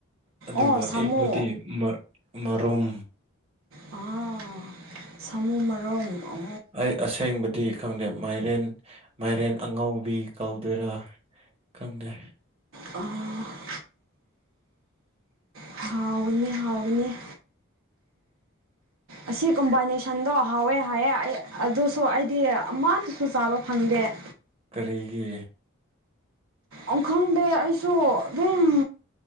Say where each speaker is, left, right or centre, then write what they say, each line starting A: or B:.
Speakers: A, on the right; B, on the right.
A: ꯑꯗꯨꯒ
B: ꯑꯣ ꯁꯥꯃꯨ
A: ꯑꯦꯛꯇꯨꯗꯤ ꯃꯔꯨꯝ꯫
B: ꯑꯣ ꯁꯥꯃꯨ ꯃꯔꯝ ꯑꯣ
A: ꯑꯩ ꯑꯁꯦꯡꯕꯗꯤ ꯈꯪꯗꯦ ꯃꯥꯏꯔꯦꯟ ꯃꯥꯏꯔꯦꯟ ꯑꯉꯧꯕꯤ ꯀꯧꯗꯣꯏꯔꯥ ꯈꯪꯗꯦ꯫
B: ꯑꯥ ꯍꯥꯎꯒꯅꯤ ꯍꯥꯎꯒꯅꯤ ꯑꯁꯤ ꯀꯝꯕꯥꯏꯅꯦꯁꯟ ꯁꯟꯗꯣ ꯍꯥꯎꯋꯦ ꯍꯥꯏꯑꯦ ꯑꯩ ꯑꯗꯨꯁꯨ ꯑꯩꯗꯤ ꯑꯃꯗꯨꯁꯨ ꯆꯥꯕ ꯐꯪꯗꯦ
A: ꯀꯔꯤꯒꯤ
B: ꯑꯩ ꯈꯪꯗꯦ ꯑꯩꯁꯨ ꯑꯗꯨꯝ